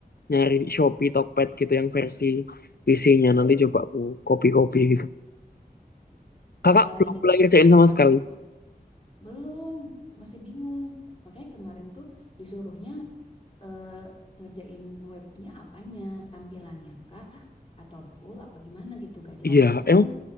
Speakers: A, on the left; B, on the left.
A: Nyari di Shopee, Tokped gitu yang versi PC-nya nanti coba aku copy-copy gitu. Kakak
B: biar
A: belum
B: ini
A: mulai kerjain sama
B: ditempel
A: sekali.
B: dulu. Belum, masih bingung. Makanya kemarin tuh disuruhnya eh, ngerjain webnya apanya, tampilannya kah, atau full apa gimana gitu, gak jelas
A: Iya,
B: banget.
A: emang